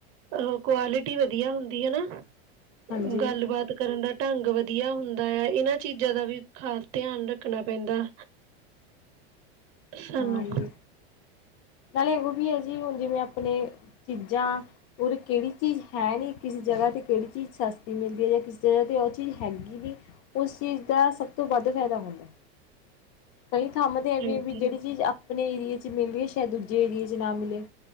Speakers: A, on the right; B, on the left.
A: ਉਹ ਕੁਆਲਿਟੀ ਵਧੀਆ ਹੁੰਦੀ ਹੈਨਾ।
B: ਹਾਂਜੀ
A: ਗੱਲਬਾਤ ਕਰਨ ਦਾ ਢੰਗ ਵਧੀਆ ਹੁੰਦਾ ਆ ਏਨਾਂ ਚੀਜ਼ਾਂ ਦਾ ਵੀ ਖਾਸ ਧਿਆਨ ਰੱਖਣਾ ਪੈਂਦਾ ਸਾਨੂੰ।
B: ਹਾਂ ਜੀ ਨਾਲੇ ਏਹੋ ਵੀ ਐ ਜੀ ਹੁਣ ਜਿਵੇਂ ਆਪਣੇ ਚੀਜ਼ਾਂ ਉਰ ਕਿਹੜੀ ਚੀਜ਼ ਹੈ ਨੀ, ਕਿਸ ਜਗਾ 'ਤੇ ਕਿਹੜੀ ਚੀਜ਼ ਸਸਤੀ ਮਿਲਦੀ ਐ ਜਾਂ ਕਿਸ ਜਗਾ 'ਤੇ ਓ ਚੀਜ਼ ਹੈਗੀ ਨੀ ਉਸ ਚੀਜ਼ ਦਾ ਸਭ ਤੋਂ ਵੱਧ ਫਾਇਦਾ ਹੁੰਦਾ, ਕਈ ਥਾਵਾਂ 'ਤੇ
A: ਹਾਂਜੀ
B: ਐ ਵੀ-ਵੀ ਚੀਜ਼ ਆਪਣੇ ਏਰੀਏ 'ਚ ਮਿਲਰੀ ਸ਼ਾਇਦ ਦੂਜੇ ਏਰੀਏ 'ਚ ਨਾ ਮਿਲੇ।